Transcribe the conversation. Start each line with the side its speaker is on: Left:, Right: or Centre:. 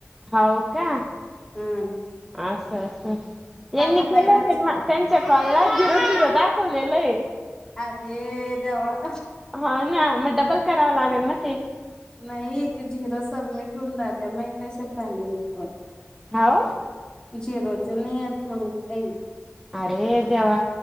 Centre: होव का
Left: हम्म
Centre: आ स स यांनीनी
Left: टाका
Centre: केले
Left: पहिलाच
Centre: तनमा त्यांच्या कॉलला झिरो झिरो दाखवलेलं आहे
Left: अरे देवा
Centre: हा ना मग डबल करावा लागेल ना ते
Left: नाही ते झिरो सबमिट होऊन जात माग तशच झाल एक पण
Centre: हो
Left: झेरोच नाहीच मग काही
Centre: अरे देवा